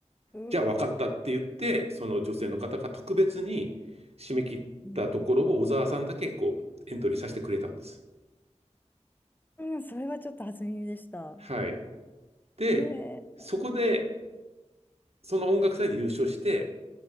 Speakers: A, on the left (about 15°); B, on the right (about 60°).
A: うん。
B: じゃあ分かったって言って、
A: うわ
B: その女性の方が特別に締め切ったところを小沢さんだけこうエントリーさせてくれたんです。
A: ー、うん、うんうん、それはちょっと初耳でした。
B: はい。で、
A: ねえ。
B: そこで、その音楽祭で優勝して、